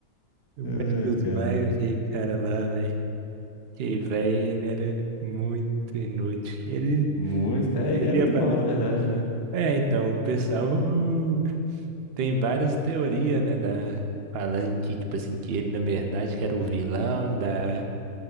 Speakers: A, on the right; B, on the left.
A: o mestre
B: Ai,
A: dos
B: cara.
A: magos, aquele cara lá, velho. Que velho, ele era muito inútil. que Ele
B: Muito, cara.
A: servia
B: Ele era do
A: para.
B: mal, na verdade, né?
A: É, então, o pessoal uh, tem várias teorias, né? Da... Falando que, tipo assim, que ele, na verdade, que era o vilão da,